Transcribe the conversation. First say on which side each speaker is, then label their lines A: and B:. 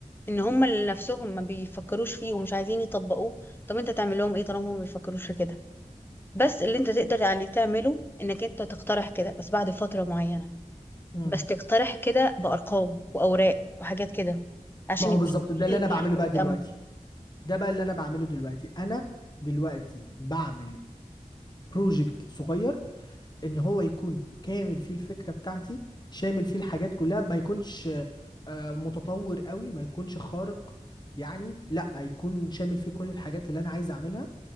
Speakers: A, on the left; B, on the left.
A: ان هم اللي نفسهم ما بيفكروش فيه ومش عايزين يطبقوه طب انت تعمل لهم ايه طالما هم ما بيفكروش في كده بس اللي انت تقدر يعني تعمله انك انت تقترح كده بس بعد فتره معينه
B: مم.
A: بس تقترح كده بأرقام وأوراق وحاجات كده عشان
B: ما هو
A: يبقوا
B: بالظبط
A: شايفين
B: ده اللي
A: البلان
B: انا بعمله
A: اللي
B: بقى
A: قدامهم
B: دلوقتي ده بقى اللي انا بعمله دلوقتي انا دلوقتي بعمل بروجكت صغير ان هو يكون كامل فيه الفكره بتاعتي شامل فيه الحاجات كلها ما يكونش آه، متطور قوي ما يكونش خارق يعني لا يكون شامل فيه كل الحاجات اللي انا عايز اعملها